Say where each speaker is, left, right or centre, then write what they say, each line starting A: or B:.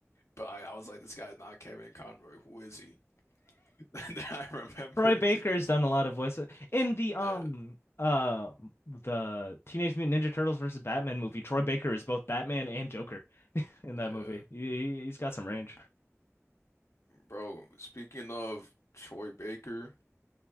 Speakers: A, on the left; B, on the left.
A: But I, I was like, this guy's not Kevin Conroy. Who is he? <laughs> That I remember.
B: Troy Baker's done a lot of voices in the um
A: Yeah,
B: uh the Teenage Mutant Ninja Turtles versus Batman movie. Troy Baker is both Batman and Joker in that
A: yeah.
B: movie. He, he's got some range.
A: Bro, speaking of Troy Baker,